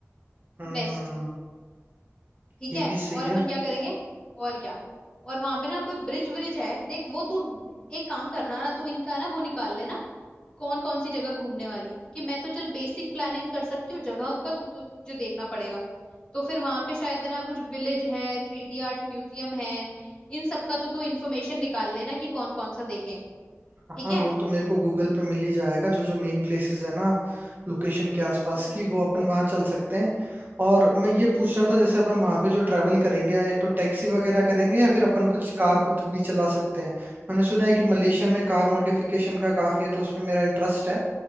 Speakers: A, on the right; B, on the left.
A: हम्म
B: बेस्ट ठीक
A: ये
B: है
A: भी सही
B: और
A: है
B: अपन क्या करेंगे और क्या और वहां पे ना कोई ब्रिज व्रिज है देख वो तू एक काम करना ना तू इनका ना वो निकाल लेना कौन कौन सी जगह घूमने वाली क्योंकि मैं तो चल बेसिक प्लानिंग कर सकती हूँ जगह का तु- तुझे देखना पड़ेगा तो फिर वहां पे शायद है ना कुछ विलेज है थ्री डी आर्ट म्यूजियम है इन सब का तो तू इन्फॉर्मेशन निकाल लेना कि कौन कौन सा देखें ठीक
A: हाँ
B: है
A: वो तो मेरे को गूगल पे मिल ही जाएगा जो जो मेन प्लेसेस है ना लोकेशन के आसपास
B: हम्म
A: की वो अपन वहाँ चल सकते हैं और मैं
B: हम्म
A: ये पूछ रहा था जैसे अपन वहाँ पे जो ट्रैवल करेंगे तो टैक्सी वगैरह
B: हम्म
A: करेंगे या फिर अपन कुछ कार खुद भी चला सकते हैं मैंने सुना है कि मलेशिया में कार मॉडिफिकेशन
B: हम्म
A: का काफी है तो उसमें मेरा इंटरेस्ट है